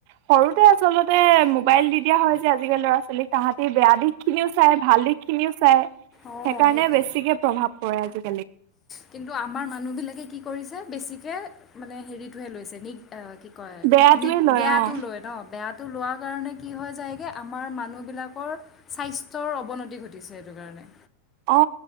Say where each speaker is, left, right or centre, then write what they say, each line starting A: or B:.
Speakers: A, on the right (about 55°); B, on the left (about 25°).
A: সৰুতে আচলতে মোবাইল দি দিয়া হয় যে আজিকালি ল'ৰা ছোৱালীক তাহাঁতি বেয়া দিশ খিনিও চাই ভাল দিশ খিনিও চাই
B: অঁ
A: সেইকাৰণে
B: সেইটো
A: বেছিকে প্ৰভাৱ পৰাজিত <unintelligible>
B: কিন্তু আমাৰ মান মানুহ বিলাকে কি কৰিছে বেছিকে মানে হেৰিটোহে লৈছে নি কয়
A: বেয়াটোৱে লয়
B: বেয়া
A: অ
B: টো লয় ন বেয়া টো লোৱা কাৰণে কি হয় যায়গৈ আমাৰ মানুহবিলাকৰ স্বাস্থ্যৰ অৱনতি ঘটিছে সেইটো কাৰণে
A: অ